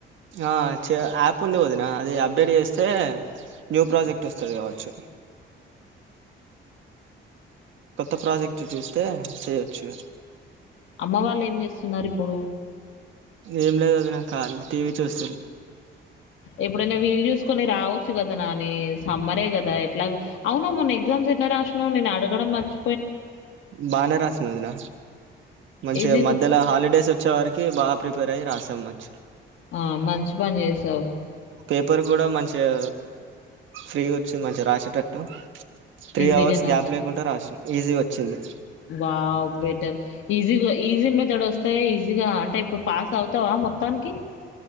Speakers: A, on the right; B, on the left.
A: ఆ యాప్ ఉంది వదిన అది అప్డేట్ చేస్తే న్యూ ప్రాజెక్ట్ వస్తుంది కావచ్చు
B: అ
A: కొత్త ప్రాజెక్ట్ చూస్తే చేయొచ్చు
B: అమ్మ వాళ్ళేం జేస్తున్నారిప్పుడు?
A: ఏం లేదు అదిిన కా టీవీ చూస్తు
B: ఎప్పుడైనా వీలు చూసుకొని రావచ్చు కదా నాని సమ్మరే కదా ఎట్లా అవున మొన్న ఎగ్జామ్స్ ఎట్లా రాసినవు నేను అడగడం మచి
A: బానే రాసినవదిన మంచిగా
B: ఈజీగా
A: మధ్యలో హాలిడేస్ వచ్చే వారికి బాగా ప్రిపేర్ అయ్యి రాసాం మనిషి
B: ఆ మంచి పని చేసావు్
A: పేపర్ కూడా మంచిగా ఫ్రీ వచ్చి మంచిగా రాసేటట్టు త్రీ
B: ఈజీగానే
A: అవర్స్ గ్యాప్ లేకుండా రాసం ఈజీ వచ్చింది
B: వా్ బెటర్ ఈజీగా ఈజీ వస్తాయి ఈజీగా అంటే ఇప్పుడు పాస్ అవుతావా మొత్తానికి?